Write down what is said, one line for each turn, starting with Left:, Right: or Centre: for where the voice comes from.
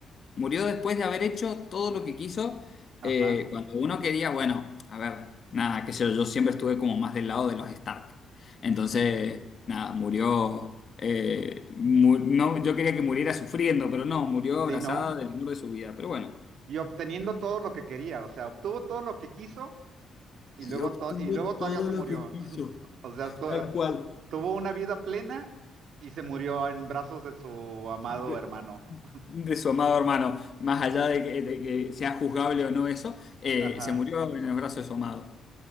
Left: Murió después de haber hecho todo lo que quiso,
Right: ajá,
Left: eh, cuando uno quería, bueno, a ver, nada, qué sé yo, yo siempre estuve como más del lado de los Stark. Entonces,
Right: sí,
Left: nada, murió, eh, mu- no, yo quería que muriera sufriendo, pero no, murió abrazada
Right: sí, no.
Left: del amor de su vida, pero bueno.
Right: Y obteniendo todo lo que quería, o sea, obtuvo todo lo que quiso y
Left: Y
Right: luego,
Left: obtuvo
Right: to- y luego todavía
Left: todo
Right: se
Left: lo
Right: murió.
Left: que quiso.
Right: <laughs> O sea, tu-
Left: Tal cual.
Right: tuvo una vida plena y se murió en brazos de su amado
Left: De,
Right: hermano.
Left: de su amado hermano, más allá de que, de que sea juzgable o no eso, eh,
Right: Ajá,
Left: se murió en los brazos de su amado.